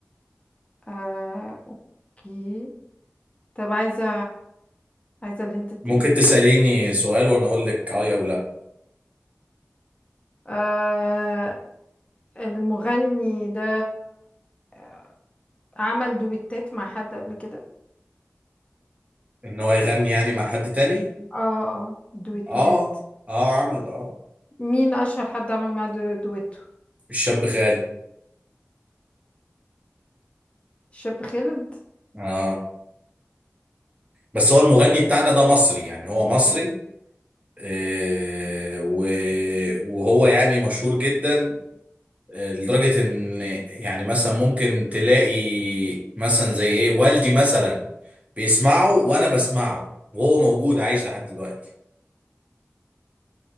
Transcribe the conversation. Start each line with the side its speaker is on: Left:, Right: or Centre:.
Left: آه اوكي طب عايزة عايزة الهنت التاني
Right: ممكن تساليني سؤال وانا اقول لك اه او لا
Left: آه المغني ده آه، عمل دويتات مع حد قبل كده
Right: ان هو يغني يعني مع حد تاني
Left: اه اه دويتوهات
Right: اه اه عمل اه
Left: مين اشهر حد عمل معاه دو- دويتو
Right: الشاب غالي
Left: شاب خالد
Right: اه بس هو المغني بتاعنا ده مصري يعني هو مصري آه، و- وهو يعني مشهور جدا آه، لدرجة ان يعني مثلا ممكن تلاقي مثلا زي ايه والدي مثلا بيسمعه وانا بسمعه وهو موجود عايش لحد دلوقتي